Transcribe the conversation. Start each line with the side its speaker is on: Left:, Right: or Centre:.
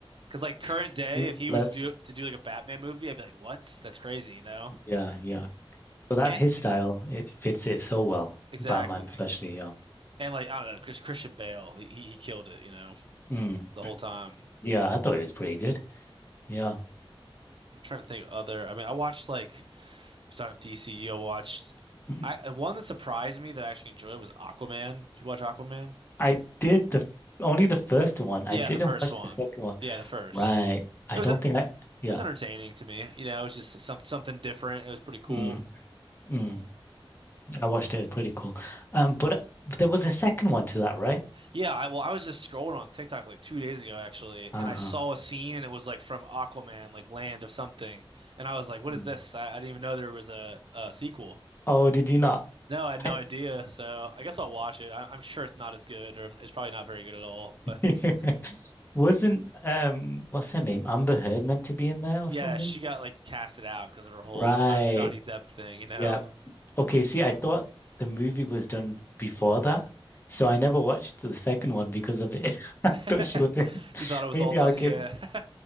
Right: Because like current
Left: <laughs>
Right: day,
Left: Being
Right: if he
Left: Blessed.
Right: was to do to do like a Batman movie, I'd be like, what? That's crazy, you know?
Left: Yeah, yeah. But that
Right: And
Left: his style, it fits it so well.
Right: exactly.
Left: Batman especially, yeah.
Right: And like I don't know, Chris, Christian Bale, he he he killed it, you know,
Left: Mm.
Right: the whole time.
Left: Yeah, I thought it was pretty good. Yeah.
Right: I'm trying to think of other. I mean, I watched like. So in DCU, watched
Left: <clears throat>
Right: I one that surprised me that I actually enjoyed was Aquaman. Did you watch Aquaman?
Left: I did the f- only the first one. I
Right: Yeah,
Left: didn't
Right: the first
Left: watch
Right: one.
Left: the second one.
Right: Yeah, the first.
Left: Right. I
Right: It was
Left: don't
Right: en- it
Left: think I yeah.
Right: was entertaining to me. You know, it was just some something different. It was pretty cool.
Left: Mm, mm. I watched it. Pretty cool. Um, but there was a second one to that, right?
Right: Yeah, I well, I was just scrolling on TikTok like two days ago actually,
Left: Uh-huh.
Right: and I saw a scene and it was like from Aquaman, like Land of Something, and I was like, "What
Left: Mm.
Right: is this?" I, I didn't even know there was a, a sequel.
Left: Oh, did you not?
Right: No, I had no
Left: I,
Right: idea. So I guess I'll watch it. I, I'm sure it's not as good, or it's probably not very good at all. <laughs> But
Left: <laughs> wasn't um what's her name? Amber Heard meant to be in there or
Right: yeah,
Left: something?
Right: she got like casted out because of her whole
Left: Right.
Right: John, Johnny Depp thing, you know.
Left: Yeah. Okay, see, I thought the movie was done before that, so I never watched the second one because of it. <laughs> I
Right: <laughs>
Left: thought she was in it. <laughs>
Right: You thought it was
Left: Maybe
Right: all done.
Left: I'll give
Right: Yeah.
Left: it
Right: <laughs>